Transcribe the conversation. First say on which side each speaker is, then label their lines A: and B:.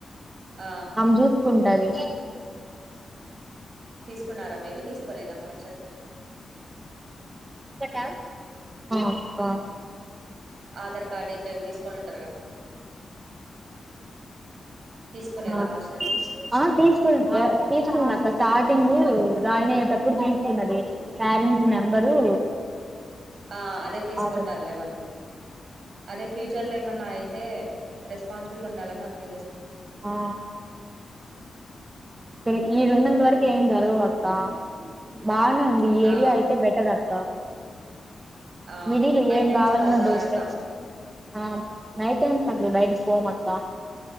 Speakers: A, on the right; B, on the right.
A: ఆ
B: ఆమె జూసుకు టది
A: కున్నారా మీది తీసుకోలేదా హాస్టల్స్లో
B: ఆ అక్క
A: ఆధార్ కార్డు ఇంకా అవి తీసుకొని ఉంటారుగా తీసుకోలేదా
B: అ
A: హాస్టల్లో
B: ఆ తీసుకు తీసుకుందక్కా స్టార్టింగు జాయిన్ అయ్యేటప్పుడు దీసుకున్న డేట్ పేరెంట్స్ నెంబరు
A: ఆ అదే తీసుకుంటారులే
B: ఆధార్
A: వాళ్ళు అదే ఫ్యూచర్ ఏమన్నా అయితే రెస్పాన్సిబుల్గా ఉండాలని వాళ్ళు తీసేసుకుంట
B: ఆ ఇక్కడే ఈడున్నంత వరకు ఏం జరగవక్కా బానే ఉంది ఈ
A: ఆ
B: ఏరియా అయితే బెటర్ అక్క
A: ఆ
B: మిడిలు
A: నైట్
B: ఏం
A: టైమ్స్
B: గావాలన్నా
A: అలా జాగ్రత్త
B: దొరుకుతాయ్. ఆ నైట్ టైమ్స్ అసలు బయటికి పోమక్కా